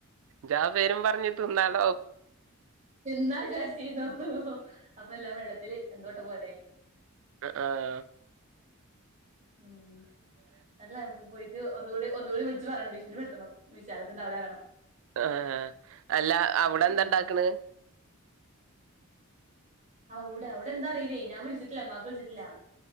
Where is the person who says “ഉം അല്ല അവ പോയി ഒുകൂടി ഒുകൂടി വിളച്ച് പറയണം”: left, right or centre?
Right